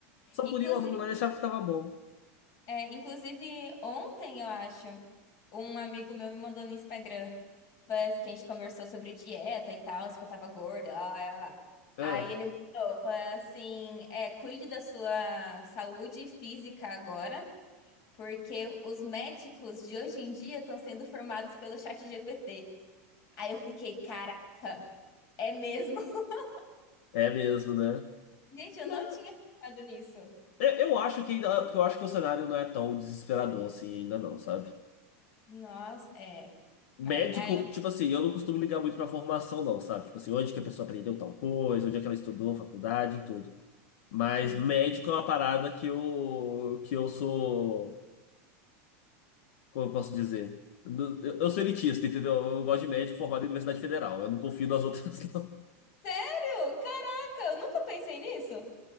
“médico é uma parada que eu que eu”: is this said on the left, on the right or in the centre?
Left